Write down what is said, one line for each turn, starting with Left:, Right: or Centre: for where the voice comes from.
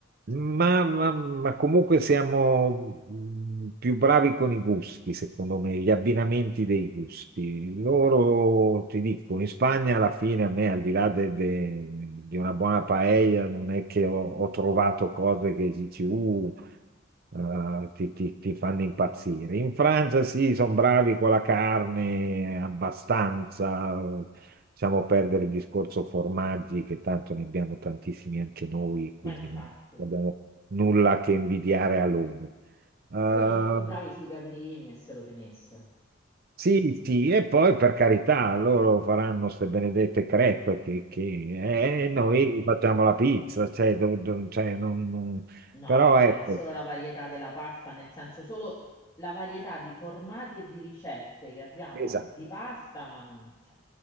Right: Ma, ma- ma comunque siamo mh, più bravi con i gusti, secondo me, gli abbinamenti dei gusti. Loro, ti dico, in Spagna alla fine a me, al di là de- de- di una buona paella, non è che ho, ho trovato cose che dici, uh, eh, ti, ti- ti fanno impazzire. In Francia sì, sono bravi con la carne abbastanza, eh, lasciamo perdere il discorso formaggi, che tanto ne abbiamo tantissimi anche noi, quindi
Left: Ma infatti,
Right: non abbiamo nulla che invidiare a loro. Eh,
Left: loro sono più bravi sui caprini e se lo tenessero.
Right: sì, sì, e poi per carità, loro faranno queste benedette crepe che, che- eh, noi facciamo la pizza, cioè, do- do- cioè, non- non-
Left: No,
Right: però
Left: vabbè,
Right: ecco,
Left: ma solo la varietà della pasta, nel senso solo la varietà di formati e di ricette che abbiamo
Right: esatto.
Left: di pasta, ma cioè,